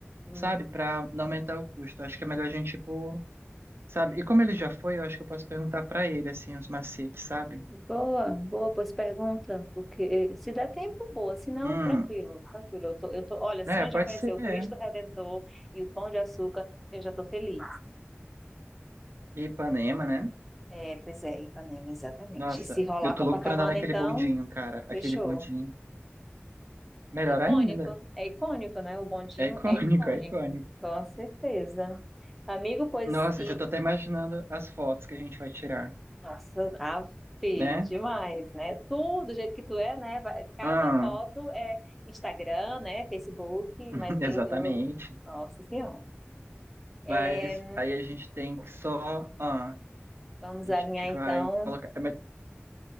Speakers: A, in the centre; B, on the right.
A: Hum,
B: sabe? Para não aumentar o custo. Acho que é melhor a gente ir por Sabe? E como ele já foi, eu acho que eu posso perguntar pra ele, assim, os macetes, sabe?
A: boa, boa, pois pergunta, porque eh, se der tempo, boa, se não,
B: Hum,
A: tranquilo, tranquilo. Eu tô, eu tô, olha, só
B: é,
A: em
B: pode
A: já conhecer
B: ser,
A: o
B: é.
A: Cristo Redentor e o Pão de Açúcar, eu já tô feliz.
B: E Ipanema, né?
A: É, pois é, Ipanema, exatamente.
B: Nossa,
A: E se rolar
B: eu tô
A: Copacabana,
B: louco pra andar naquele
A: então,
B: bondinho, cara. Aquele
A: fechou.
B: bondinho. Melhor
A: É icônico,
B: ainda.
A: é icônico, né? O bondinho
B: É icônico,
A: é icônico,
B: é icônico.
A: com certeza. Amigo, pois,
B: Nossa,
A: e,
B: já tô até imaginando as fotos que a gente vai tirar,
A: Nossa, afe,
B: né?
A: demais, né? Tu, do jeito que tu é, né? Vai- Cada
B: Ah,
A: foto é Instagram, né? Facebook,
B: <laughs>
A: mas
B: exatamente.
A: eu, eu... Nossa Senhora. É,
B: Mas aí a gente tem que só. Ah, a
A: vamos
B: gente
A: alinhar, então,
B: vai colocar. é, mas,